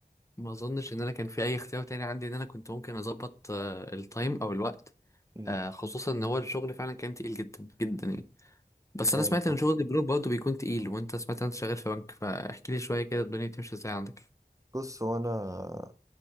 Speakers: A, on the left; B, on the right.
A: ما أظنش إن أنا كان في أي اختيار تاني عندي إن أنا كنت ممكن أظبط آه، التايم أو الوقت
B: مم.
A: آه، خصوصا إن هو الشغل فعلا كان تقيل جدا جدا يعني بس
B: ايوه
A: أنا سمعت
B: فاهم
A: إن شغل البنوك برضه بيكون تقيل وأنت سمعت إن أنت شغال في بنك فاحكي لي شوية كده الدنيا بتمشي إزاي عندك
B: بص هو انا